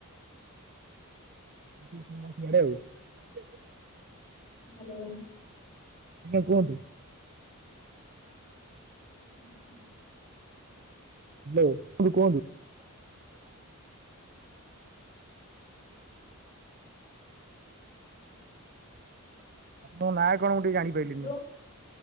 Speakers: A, on the right; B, on the left.
A: <unintelligible>
B: ହ୍ୟାଲୋ।
A: ଆଜ୍ଞା କୁହନ୍ତୁ।
B: ହୁଁ ହୁଁ
A: ହ୍ୟାଲୋ ଖୁଡି କୁହନ୍ତୁ? ଆପଣ ନାଁ କଣ ମୁଁ ଟିକେ ଜାଣିପାରିଲିନି।
B: ହ୍ୟାଲୋ